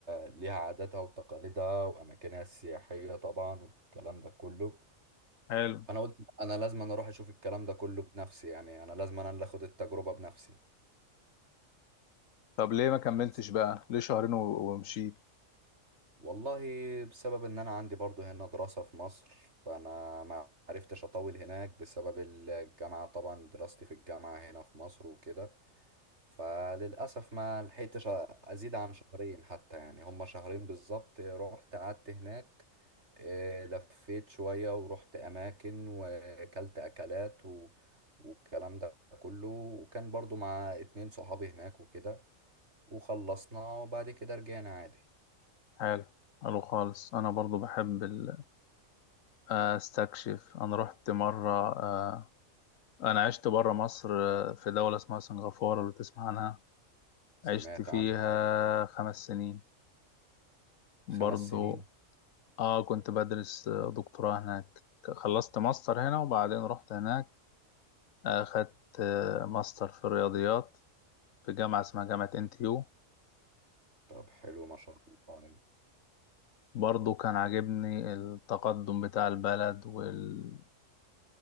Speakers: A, on the right; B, on the left.
A: ليها عاداتها وتقاليدها وأماكنها السياحية طبعا والكلام ده كله
B: حلو
A: فأنا قلت أنا لازم أنا أروح أشوف الكلام ده كله بنفسي يعني أنا لازم أنا اللي أخد التجربة بنفسي
B: طب ليه ما كملتش
A: بس
B: بقى ليه شهرين و- ومشيت
A: والله بسبب إن أنا عندي برضو هنا دراسة في مصر فأنا ما عرفتش أطول هناك بسبب الجامعة طبعا دراستي في الجامعة هنا في مصر وكده فللأسف ما لحقتش أزيد عن شهرين حتى يعني هما شهرين بالظبط رحت قعدت هناك آه، لفيت شوية ورحت أماكن وأكلت أكلات و... والكلام ده كله وكان برضو مع اتنين صحابي هناك وكده وخلصنا وبعد كده رجعنا عادي
B: حلو حلو خالص انا برضو بحب ال- آه، استكشف انا رحت مره آه، انا عشت بره مصر آه، في دوله اسمها سنغافوره لو تسمع عنها
A: سمعت
B: عشت فيها
A: عنها
B: خمس سنين برضو
A: خمس سنين
B: اه كنت بدرس آه، دكتوراه هناك خلصت ماستر هنا وبعدين رحت هناك اخدت آه، ماستر في الرياضيات في جامعه اسمها جامعه انتيو
A: طب حلو ما شاء الله يعني.
B: برضو كان عاجبني التقدم بتاع البلد وال...